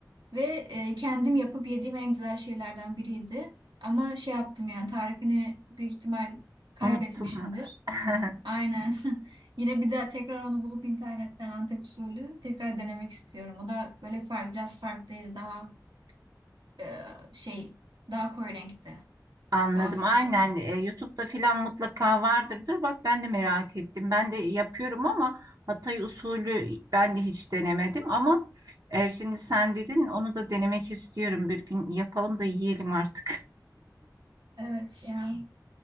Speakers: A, on the right; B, on the right.
A: Ve e, kendim yapıp yediğim en güzel şeylerden biriydi. Ama şey yaptım yani tarifini büyük ihtimal kaybetmişimdir.
B: Unuttum. <laughs>
A: Aynen. <laughs> Yine bir daha tekrar onu bulup internetten Antep usulü tekrar denemek istiyorum. O da böyle fark, biraz farklıydı. Daha e, şey, daha koyu renkte.
B: Anladım.
A: Daha salçalı.
B: Aynen. E, YouTube'da filan mutlaka vardırdır. Bak ben de merak ettim. Ben de yapıyorum ama Hatay usulü ben de hiç denemedim ama e, şimdi sen dedin onu da denemek istiyorum. Bir gün yapalım da yiyelim artık.
A: Evet ya.